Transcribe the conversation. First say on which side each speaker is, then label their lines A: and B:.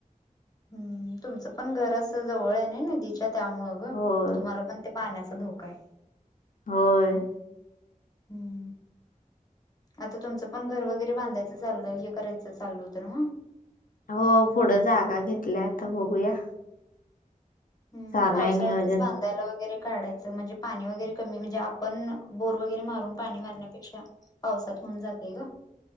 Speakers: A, on the left; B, on the left.
A: हम्म, तुमचं पण घर असं जवळ आहे नई नदीच्या त्यामुळ ग
B: होय
A: तुम्हाला पण ते पाण्याचा धोका हाय
B: होय.
A: हम्म. आता तुमचं पण घर वगैरे बांधायचं चाललं हे करायचं चाललं होत नव्ह?
B: हो पुढं जागा घेतल्या आता बघूया.
A: हम्म
B: चालूय
A: पावसाळ्यातच
B: नियोजन
A: बांधायला वगैरे काढाय च म्हणजे पाणी वगैरे कमी म्हणजे आपण बोर वगैरे मारून पाणी मारण्यापेक्षा पावसात होऊन जातय गं